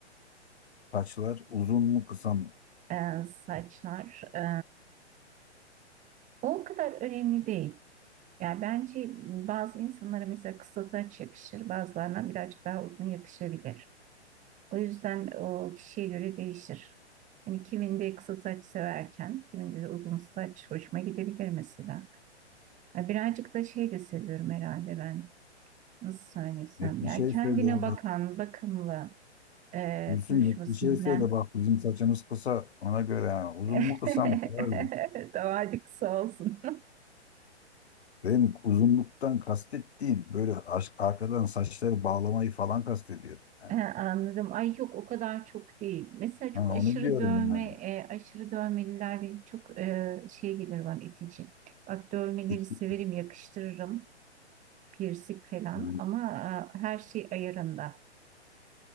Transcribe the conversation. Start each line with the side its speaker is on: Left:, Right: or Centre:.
Left: Saçlar uzun mu kısa mı?
Right: E, saçlar e, o kadar önemli değil. Yani bence bazı insanlara mesela kısa saç yakışır, bazılarına birazcık daha uzun yakışabilir. O yüzden o kişiye göre değişir. Yani kiminde kısa saç severken, kiminde de uzun saç hoşuma gidebilir mesela. Ya birazcık da şey de seviyorum herhalde ben. Nasıl söylesem
Left: Net bir
Right: ya
Left: şey
Right: kendine
Left: söyle ya.
Right: bakan, bakımlı, e,
Left: Gülsüm
Right: konuşmasını
Left: bir şey söyle
Right: bilen.
Left: bak bizim saçımız kısa ona göre ha. Uzun
Right: <laughs>
Left: mu kısa mı karar ver.
Right: Tamam hadi kısa olsun.
Left: Benim uzunluktan kastettiğim böyle aşk arkadan saçları bağlamayı falan kastediyorum. Yani.
Right: He, anladım. Ay yok o kadar çok değil. Mesela çok
Left: Hani
Right: aşırı
Left: onu diyorum
Right: dövme,
Left: yani.
Right: e, aşırı dövmeliler benim çok e, şey gelir bana itici. Bak dövmeleri
Left: İki-
Right: severim, yakıştırırım. Piercing falan
Left: Yani,
Right: ama e, her şey ayarında.